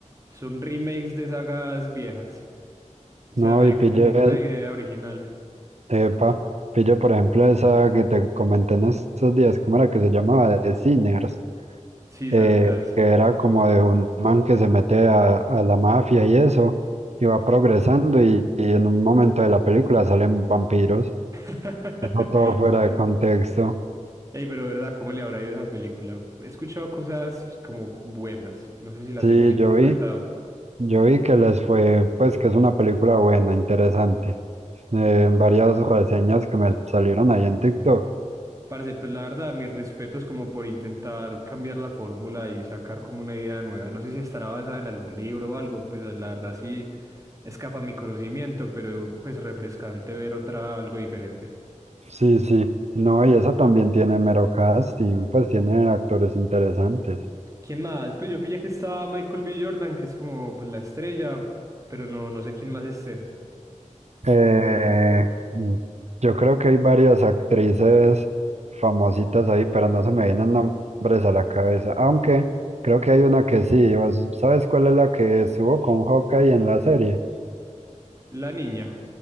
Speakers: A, on the right; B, on the right.
A: son remakes de sagas viejas. O sea,
B: No,
A: no hay
B: y
A: como
B: pille,
A: una idea original.
B: epa, pille, por ejemplo, esa que te comenté en estos días, ¿cómo era que se llamaba? De Sinners.
A: Sisas,
B: eh,
A: sisas.
B: que era como de un man que se mete a, a la mafia y eso, y va progresando y, y en un momento de la película salen vampiros.
A: <laughs>
B: Eso todo fuera de contexto.
A: Ey, pero verdad, ¿cómo le habrá ido a esa película? He escuchado cosas como buenas. No sé si las
B: Sí,
A: he malinterpretado.
B: yo vi, yo vi que les fue, pues que es una película buena, interesante. Eh, varias reseñas que me salieron ahí en TikTok.
A: Parce, pues la verdad, mis respetos como por intentar cambiar la fórmula y sacar como una idea nueva. No sé si estará basada en algún libro o algo, pues la verdad sí escapa a mi conocimiento, pero pues refrescante ver otra, algo diferente.
B: Sí, sí. No, y esa también tiene mero casting, pues tiene actores interesantes.
A: ¿Quién más? Pues yo pillé que estaba Michael B. Jordan, que es como pues la estrella, pero no, no sé quién más esté.
B: Eh, mm, yo creo que hay varias actrices famositas ahí, pero no se me vienen nombres a la cabeza. Aunque creo que hay una que sí. ¿Vos ¿Sabes cuál es la que estuvo con Hawkeye en la serie?
A: La niña,